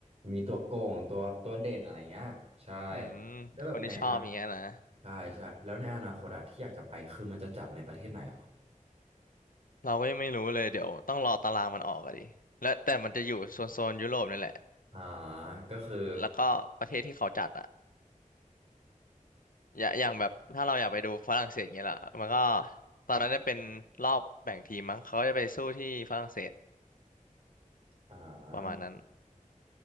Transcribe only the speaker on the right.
มีตัวโกงตัวตัวเด่นอะไรเงี้ยใช่
แล้วแบบในอนา
ใช่ใช่แล้วในอนาคตอะที่อยากจะไปคือมันจะจัดในประเทศไหนหรอ
อ่าก็คือ
อ่
า